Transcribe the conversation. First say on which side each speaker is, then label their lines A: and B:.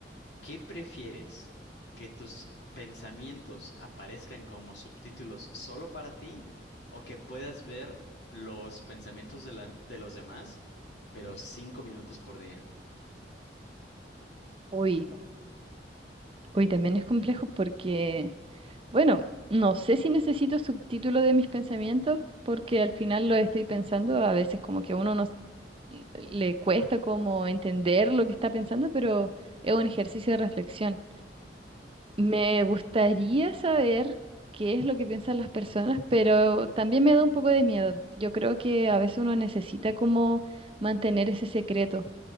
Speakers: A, on the left; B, on the right.
A: ¿qué prefieres? ¿Que tus pensamientos aparezcan como subtítulos solo para ti o que puedas ver los pensamientos de, la- de los demás, pero cinco minutos por día?
B: Uy, uy, también es complejo porque Bueno, no sé si necesito subtítulo de mis pensamientos porque al final lo estoy pensando, a veces como que uno no s- le cuesta como entender lo que está pensando, pero es un ejercicio de reflexión. Me gustaría saber qué es lo que piensan las personas, pero también me da un poco de miedo. Yo creo que a veces uno necesita como mantener ese secreto,